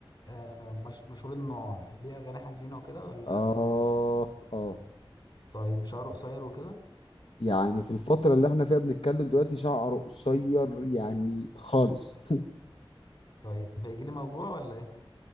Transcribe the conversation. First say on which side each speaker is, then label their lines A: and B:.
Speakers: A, on the left; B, on the left.
A: آه، مش مشهور انه ليه اغاني حزينه وكده ولا
B: اه اه
A: طيب شعره قصير وكده
B: يعني في الفترة اللي احنا فيها بنتكلم دلوقتي شعره قصير يعني خالص <laughs>
A: طيب هيجي لي موجوع ولا ايه